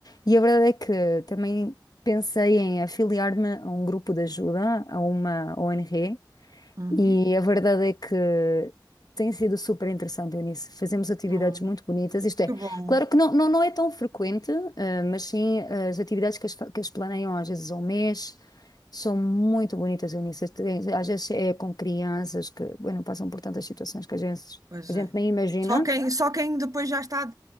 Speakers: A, on the left; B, on the right.
A: E a verdade é que também pensei em afiliar-me a um grupo de ajuda, a uma ONG,
B: Uhum.
A: e a verdade é que tem sido super interessante, Eunice. Fazemos atividades
B: Olha,
A: muito bonitas. Isto é,
B: que bom.
A: claro que não, não, não é tão frequente, eh, mas sim eh, as atividades que as, fa- que as planeiam às vezes ao mês são muito bonitas, Eunice. Tem- Às vezes é com crianças que, bueno, passam por tantas situações que a gente,
B: Pois
A: a gente
B: é.
A: nem imagina.
B: Só quem, só quem depois já está,